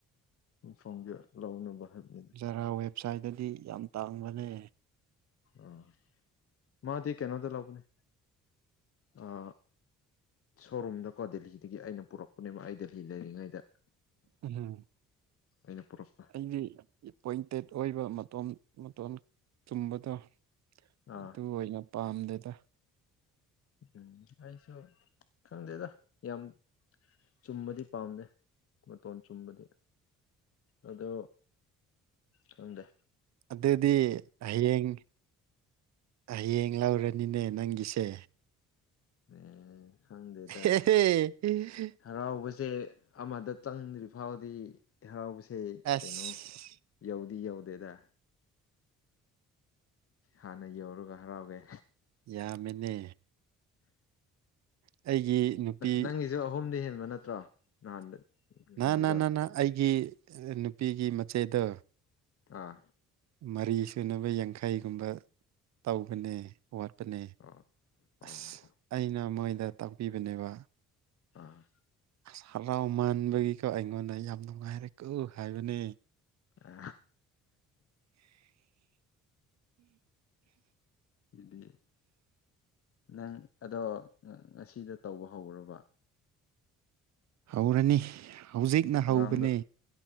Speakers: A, on the left; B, on the right.
A: ꯐꯣꯡꯒꯤ ꯂꯧꯅꯕ ꯍꯥꯏꯕꯅꯤꯅ
B: ꯈꯔ ꯋꯦꯕꯁꯥꯏꯠꯇꯗꯤ ꯌꯥꯝ ꯇꯥꯡꯕꯅꯦ
A: ꯑꯥ ꯃꯥꯗꯤ ꯀꯩꯅꯣꯗ ꯂꯧꯕꯅꯦ ꯑꯥ ꯁꯣꯔꯨꯝꯗꯀꯣ ꯗꯦꯜꯂꯤꯗꯒꯤ ꯑꯩꯅ ꯄꯨꯔꯛꯄꯅꯦꯕ ꯑꯩ ꯗꯦꯜꯂꯤ ꯂꯩꯔꯤꯉꯩꯗ
B: ꯎꯝ
A: ꯑꯩꯅ ꯄꯨꯔꯛꯄ
B: ꯑꯩꯗꯤ ꯑꯦꯄꯣꯏꯟꯇꯦꯠ ꯑꯣꯏꯕ ꯃꯇꯝ ꯃꯇꯣꯟ ꯆꯨꯝꯕꯗꯣ
A: ꯑꯥ
B: ꯑꯗꯨ ꯑꯣꯏꯅ ꯄꯥꯝꯗꯦꯗ
A: ꯎꯝ ꯑꯩꯁꯨ ꯈꯪꯗꯦꯗ ꯌꯥꯝ ꯆꯨꯝꯕꯗꯤ ꯄꯥꯝꯗꯦ ꯃꯇꯣꯟ ꯆꯨꯝꯕꯗꯤ ꯑꯗꯣ ꯊꯪꯗꯦ
B: ꯑꯗꯨꯗꯤ ꯍꯌꯦꯡ ꯍꯌꯦꯡ ꯂꯧꯔꯅꯤꯅꯦ ꯅꯪꯒꯤꯁꯦ
A: ꯑꯦ ꯈꯪꯗꯦꯗꯥ
B: ꯍꯦ ꯍꯦ
A: ꯍꯔꯥꯎꯕꯁꯦ ꯑꯃꯗ ꯆꯪꯗ꯭ꯔꯤ ꯐꯥꯎꯗꯤ ꯍꯔꯥꯎꯕꯁꯦ
B: ꯑꯁ
A: ꯀꯩꯅꯣ ꯌꯧꯗꯤ ꯌꯧꯗꯦꯗ ꯍꯥꯟꯅ ꯌꯧꯔꯒ ꯍꯔꯥꯎꯒꯦ
B: ꯌꯥꯝꯃꯤꯅꯦ ꯑꯩꯒꯤ ꯅꯨꯄꯤ
A: ꯅꯪꯒꯤꯁꯨ ꯑꯍꯨꯝꯗꯤ ꯍꯦꯟꯕ ꯅꯠꯇ꯭ꯔꯣ ꯅꯍꯥꯟꯗ ꯅꯍꯥꯟꯒꯤꯗꯣ
B: ꯅ ꯅ ꯅ ꯅ ꯑꯩꯒꯤ ꯅꯨꯄꯤꯒꯤ ꯃꯆꯦꯗꯣ
A: ꯑꯥ
B: ꯃꯔꯤ ꯁꯨꯅꯕ ꯌꯥꯡꯈꯩꯒꯨꯝꯕ ꯇꯧꯕꯅꯦ ꯋꯥꯠ ꯄꯅꯦ
A: ꯑꯣ ꯑꯣ
B: ꯑꯁ ꯑꯩꯅ ꯃꯣꯏꯗ ꯇꯥꯛꯄꯤꯕꯅꯦꯕ
A: ꯑꯥ
B: ꯑꯁ ꯍꯔꯥꯎ ꯃꯥꯟꯕꯒꯤꯀꯣ ꯑꯩꯉꯣꯟꯗ ꯌꯥꯝ ꯅꯨꯡꯉꯥꯏꯔꯦꯀꯣ ꯍꯥꯏꯕꯅꯦ
A: ꯑ ꯏꯗꯦ ꯅꯪ ꯑꯗꯣ ꯉꯁꯤꯗ ꯇꯧꯕ ꯍꯧꯔꯕ
B: ꯍꯧꯔꯅꯤ ꯍꯧꯖꯤꯛꯅ
A: ꯉꯔꯥꯡꯗ
B: ꯍꯧꯕꯅꯦ